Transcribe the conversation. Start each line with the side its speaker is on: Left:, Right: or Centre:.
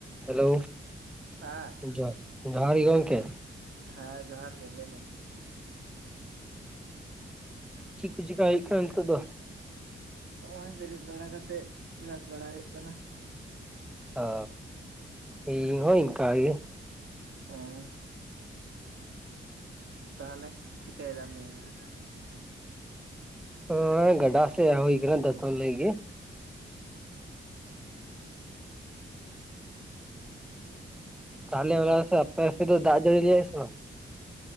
Centre: Hello
Right: ᱦᱮᱸ
Centre: ᱡᱚᱦᱚᱨ ᱡᱚᱦᱟᱨ ᱜᱮ ᱜᱚᱢᱠᱮ
Right: ᱦᱮᱸ ᱡᱚᱦᱟᱨ ᱜᱮ ᱞᱟᱹᱭ ᱵᱮᱱ
Centre: ᱪᱮᱫ ᱠᱚ ᱪᱮᱠᱟᱭ ᱦᱩᱭᱩᱜ ᱠᱟᱱᱟ ᱱᱤᱛᱳᱜ ᱫᱚ
Right: ᱦᱚᱸᱜᱼᱚᱭ ᱵᱮᱨᱮᱫ ᱵᱟᱲᱟ ᱠᱟᱛᱮᱜ ᱵᱮᱨᱟᱥ ᱵᱟᱲᱟ ᱦᱳᱭᱳᱜ ᱠᱟᱱᱟ
Centre: ᱚ ᱤᱧ ᱦᱚᱸ ᱤᱱᱠᱟᱹ ᱜᱮ
Right: ᱚ <unintelligible> ᱛᱟᱦᱞᱮ ᱪᱤᱠᱟᱹᱭ ᱫᱟᱢ ᱱᱤᱭᱟᱹ ᱜᱷᱟᱹᱲᱤᱡ ᱫᱚ
Centre: <unintelligible> ᱜᱟᱰᱟ ᱥᱮ ᱦᱮᱡ ᱦᱳᱭ ᱟᱠᱟᱱᱟ ᱫᱟᱸᱛᱟᱱ ᱞᱟᱹᱜᱤᱫ
Right: <inaudible>
Centre: ᱛᱟᱦᱞᱮ ᱟᱯᱮ ᱥᱮᱫ ᱫᱚ ᱫᱟᱜ ᱡᱟᱹᱲᱤ ᱞᱮᱜᱟᱭ ᱥᱮ ᱵᱟᱝ